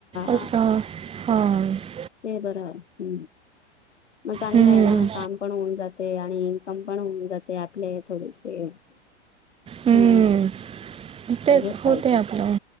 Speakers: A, on the right; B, on the left.
A: असा
B: हा.
A: हा <unintelligible>
B: ते बरं आहे मग चांगलं
A: हम्म.
B: आहे ना काम पण होऊन जाते आणि इन्कम पण होऊन जाते आपले थोडेसे
A: हम्म.
B: हम्
A: तेच
B: तसच पाहिजे
A: होते आपलं